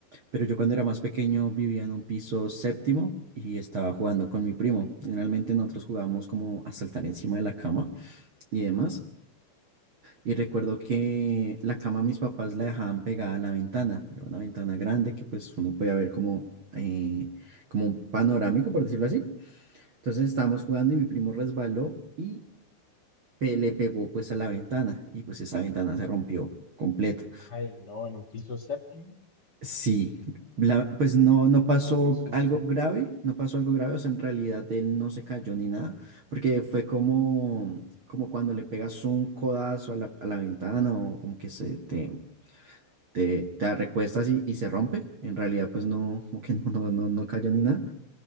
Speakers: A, on the right; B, on the left.
A: Pero yo cuando era más pequeño vivía en un piso séptimo y estaba jugando con mi primo. Generalmente nosotros jugábamos como a saltar encima de la cama y demás. Y recuerdo que la cama mis papás la dejaban pegada a la ventana. Era una ventana grande que pues uno podía ver como, eh, como un panorámico, por decirlo así. Entonces estábamos jugando y mi primo resbaló y pe- le pegó pues a la ventana. Y pues esa ventana se rompió completa.
B: Ay, no, en un piso séptimo,
A: Sí, la- pues no, no pasó
B: puta, qué susto.
A: algo grave, no pasó algo grave, o sea, en realidad él no se cayó ni nada, porque fue como, como cuando le pegas un codazo a la, a la ventana o como que se te, te, te recuestas y, y se rompe, en realidad pues no, como que <laughs> no, no, no, no cayó ni nada,